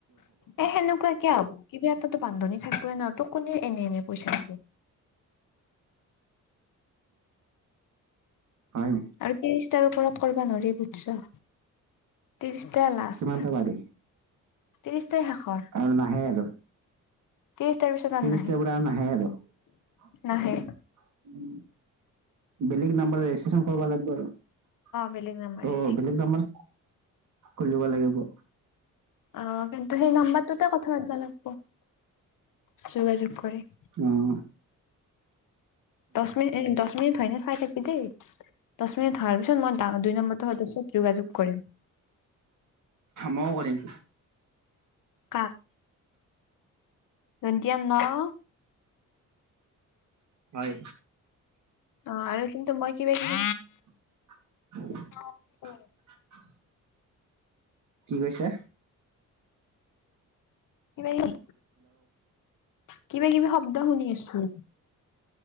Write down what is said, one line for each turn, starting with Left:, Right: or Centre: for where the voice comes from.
Left: এ সেনেকুৱা কিয়া হ'ব? কিবা এটাতো বান্ধনী থাকৱে ন' তোক কোনে এনে এনে পইচা দিব।
Right: হয়।
Left: আৰু ত্ৰিশ তাৰ ওপৰত কৰ'বা নৰি। বুটছ'? ত্ৰিশটা লাষ্ট,
Right: কিমানটা পাৰি
Left: ত্ৰিশটাই শেষৰ।
Right: আৰু নাহে আৰু।
Left: ত্ৰেশতাৰ পিছত আৰু
Right: ত্ৰিশটাৰ
Left: নাহে
Right: পৰা আৰু নাহে আৰু। উম।
Left: নাহে
Right: বেলেগ নাম্বাৰে ৰেজিষ্ট্ৰেশচন কৰবা লাগব' আৰু। অ',
Left: বেলেগ নাম্বাৰ এ
Right: বেলেগ নাম্বাৰ কৰি লবা লাগিব।
Left: অ', কিন্তু সেই নাম্বাৰটোতে কথা পাতবা লাগব, যোগাযোগ কৰি।
Right: উম।
Left: দচ মিনিট এ দচ মিনিট হয় নে চাই থাকবি দেই। দচ মিনিট হোৱাৰ পিছত মই দুই নম্বৰটো সদস্যত যোগাযোগ কৰিম।
Right: ময়ো কৰিম।
Left: কাক? দন্টিয়া ন'
Right: হয়।
Left: অ' আৰু কিন্তু মই কিবা কিবি
Right: <unintelligible>
Left: <unintelligible>
Right: <unintelligible> কি কৈছা?
Left: কিবা কিবি, কিবা কিবি শব্দ শুনি আছোঁ?